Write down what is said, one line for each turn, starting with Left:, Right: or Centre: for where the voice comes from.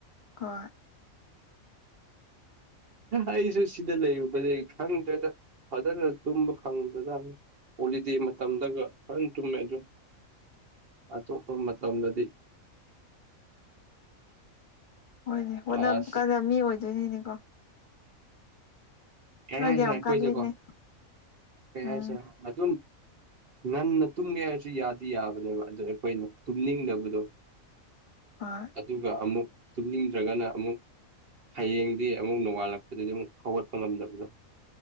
Left: ꯍ
Right: ꯑꯩꯁꯨ ꯁꯤꯗ ꯂꯩꯔꯨꯕꯗꯤ ꯈꯪꯗ꯭ꯔꯦꯗ ꯐꯖꯅ ꯇꯨꯝꯕ ꯐꯪꯗꯖꯥꯅꯤ ꯍꯣꯂꯤꯗꯦ ꯃꯇꯝꯗꯒ ꯐꯅ ꯇꯨꯝꯃꯦ ꯑꯗꯨꯝ ꯑꯇꯣꯞꯄ ꯇꯝꯕꯗꯤ
Left: ꯍꯣꯏꯅꯦ ꯍꯣꯠꯅꯕ
Right: ꯀ꯭ꯂꯥꯁ
Left: ꯀꯥꯟꯗ ꯃꯤ ꯑꯣꯏꯗꯣꯏꯅꯤꯅꯦꯀꯣ
Right: ꯌꯥ
Left: ꯅꯣꯏꯗꯤ
Right: ꯍꯥꯏꯁ
Left: ꯌꯥꯝ
Right: ꯑꯩꯈꯣꯏꯁꯦꯀꯣ
Left: ꯀꯜꯂꯤꯅꯦ
Right: ꯀꯦꯁ
Left: ꯎꯝ
Right: ꯑꯗꯨ ꯑꯗꯨ ꯉꯟꯅ ꯇꯨꯝꯒꯦ ꯍꯥꯏꯔꯁꯨ ꯌꯥꯗꯤ ꯌꯥꯕꯅꯦꯕ ꯑꯗꯨꯗꯣ ꯑꯩꯈꯣꯏꯅ ꯇꯨꯝꯅꯤꯡꯗꯕꯗꯣ
Left: ꯍꯣꯏ
Right: ꯑꯗꯨꯒ ꯑꯃꯨꯛ ꯇꯨꯝꯅꯤꯡꯗ꯭ꯔꯒꯅ ꯑꯃꯨꯛ ꯍꯌꯦꯡꯗꯤ ꯑꯃꯨꯛ ꯅꯣꯡꯉꯥꯜꯂꯛꯄꯗꯗꯤ ꯑꯃꯨꯛ ꯍꯧꯒꯠꯄ ꯉꯝꯗꯕꯗꯣ